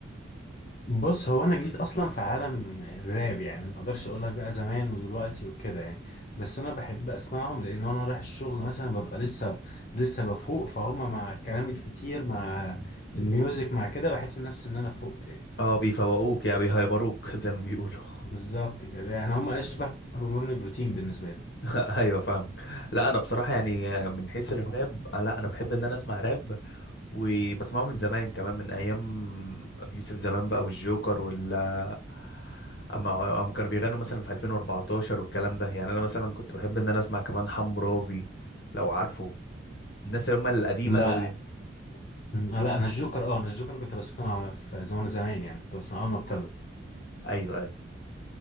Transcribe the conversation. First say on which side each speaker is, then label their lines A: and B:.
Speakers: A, on the left (about 40°); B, on the left (about 55°).
A: بص هو انا جديد اصلا في عالم الراب يعني ما اقدرش اقول لك بقى زمان ودلوقتي وكده يعني بس انا بحب اسمعهم لان وانا رايح الشغل مثلا ببقى لسه لسه بفوق فهم مع الكلام الكتير مع الميوزك مع كده بحس نفسي ان انا فقت يعني
B: اه بيفوقوك يعني بيهيبروك زي ما بيقولوا
A: بالظبط كده يعني هم اشبه بمورنينج روتين بالنسبه لي
B: <laughs> ايوه فاهم لا انا بصراحه يعني من حيث الراب آه، لا انا بحب ان انا اسمع راب وبسمعه من زمان كمان من ايام ابي يوسف زمان بقى والجوكر ولا اما اما كانوا بيغنوا مثلا في 2014 والكلام ده يعني انا مثلا كنت بحب ان انا اسمع كمان حمرابي لو عارفه الناس اللي هم القديمه
A: لا
B: قوي دي
A: لا انا الجوكر اه انا الجوكر كنت بسمعه وانا في زمان زمان يعني كنت بسمعه اول ما ابتدى
B: ايوه ايوه